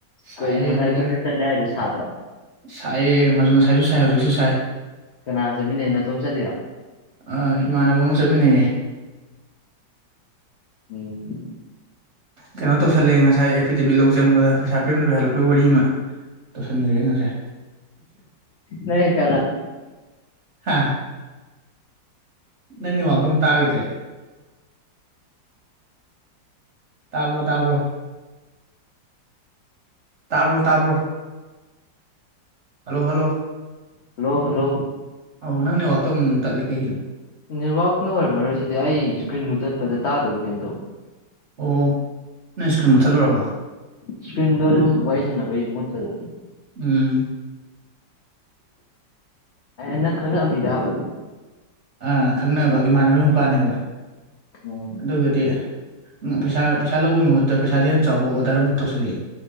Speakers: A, on the right; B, on the left.
A: ꯁꯥꯏꯌꯦ
B: ꯀꯩꯅꯣ ꯉꯁꯥꯏ
A: ꯋꯦꯗꯔ
B: ꯀꯣꯏꯆꯠ ꯆꯠꯂꯦ ꯍꯥꯏꯗꯣ ꯁꯥꯗ꯭ꯔꯣ
A: ꯁꯥꯏꯌꯦ ꯉꯥ ꯉꯁꯥꯏꯁꯨ ꯁꯥꯏ ꯍꯧꯖꯤꯛꯁꯨ ꯁꯥꯏ
B: ꯀꯅꯥ ꯆꯠꯃꯤꯟꯅꯩꯅꯣ ꯅꯇꯣꯝ ꯆꯠꯂꯤꯔꯣ
A: ꯑ ꯏꯃꯥꯟꯅꯕ ꯑꯃꯒ ꯆꯠꯃꯤꯟꯅꯩꯌꯦ
B: ꯎꯝ
A: ꯀꯩꯅꯣ ꯇꯧꯁꯜꯂꯦ ꯉꯁꯥꯏ ꯑꯦꯐꯤꯗꯦꯚꯤꯠ ꯂꯧ ꯆꯪꯕꯗ ꯄꯩꯁꯥ ꯄꯤꯔꯝꯗꯕꯤ ꯍꯜꯂꯛꯄꯩ ꯋꯥꯔꯤ ꯑꯃ ꯇꯧꯁꯟꯈ꯭ꯔꯦ ꯉꯁꯥꯏ
B: ꯅꯪ ꯀꯅꯥ
A: ꯍꯥ ꯅꯪ ꯅꯦꯠꯋꯥꯥꯛꯇꯣ ꯑꯃꯨꯛ ꯇꯥꯒꯤꯗ꯭ꯔꯦ ꯇꯥꯕ꯭ꯔꯣ ꯇꯥꯕ꯭ꯔꯣ ꯇꯥꯕ꯭ꯔꯣ ꯇꯥꯕ꯭ꯔꯣ ꯍꯜꯂꯣ ꯍꯜꯂꯣ
B: ꯍꯜꯂꯣ ꯍꯜꯂꯣ
A: ꯑꯧ ꯅꯪ ꯅꯦꯠꯋꯥꯛꯇꯣ ꯑꯃꯨꯛ ꯃꯨꯛ ꯇꯠꯂꯦ ꯀꯩꯒꯤꯅꯣ
B: ꯅꯦꯠꯋꯥꯛꯅ ꯑꯣꯏꯔꯝꯃꯔꯣꯏꯁꯤꯗꯤ ꯑꯩ ꯏꯁꯀ꯭ꯔꯤꯟ ꯃꯨꯊꯠꯄꯗ ꯇꯥꯗꯕ꯭ꯔꯥ ꯀꯩꯅꯣꯝ ꯇꯧꯋꯦ
A: ꯑꯣ ꯅꯪ ꯏꯁꯀꯔ꯭ꯤꯟ ꯃꯨꯠꯊꯠꯂꯨꯔꯕ
B: ꯏꯁꯀ꯭ꯔꯤꯟꯗꯣ ꯁꯨꯝ ꯋꯥꯔꯤ ꯁꯥꯟꯅꯕꯩ ꯃꯨꯠꯄꯗꯣ
A: ꯎꯝ
B: ꯅꯪ ꯈꯪꯅꯕ ꯃꯤꯔꯕ
A: ꯑ ꯈꯪꯅꯕ ꯏꯃꯥꯟꯅꯕꯩ ꯃꯄꯥꯅꯦꯕ
B: ꯑꯣ
A: ꯑꯗꯨꯒꯗꯤ ꯄꯩꯁꯥ ꯄꯩꯁꯥ ꯂꯧꯕꯒꯤ ꯃꯍꯨꯠꯇ ꯄꯩꯁꯥꯗꯩꯩ ꯍꯦꯟꯅ ꯆꯥꯎꯕ ꯑꯣꯔꯗꯔ ꯑꯝ ꯇꯧꯁꯤꯜꯂꯛꯑꯦ